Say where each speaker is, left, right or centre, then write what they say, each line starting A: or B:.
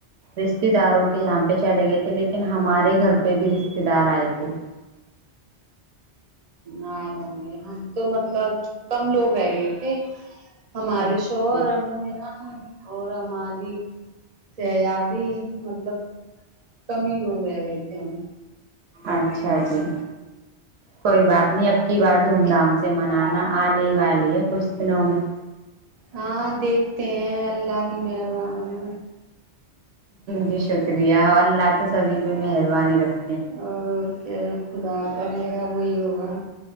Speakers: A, on the right (about 70°); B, on the right (about 40°).
A: رشتے داروں کے یہاں پہ چلے گئے تھے لیکن ہمارے گھر پہ بھی رشتے دار آئے تھے
B: ہ آئے ہوں گے ہم تو مطلب کم لوگ رہ گئے تھے ہمارے
A: اچھا
B: شو
A: جی
B: اور ہم اور ہماری شہزادی مطلب کمی ہی لوگ رہ گئے تھے ہم
A: اچھا جی کوئی بات نہیں اب کی بار دھوم دھام سے منانا آنے والی ہے کچھ دنوں میں
B: ہاں دیکھتے ہیں اللہ کی مہربانی
A: جی شکریہ اور اللہ تو سبھی پہ مہربانی رکھ
B: اور کیا جو خدا کرے گا وہیوگا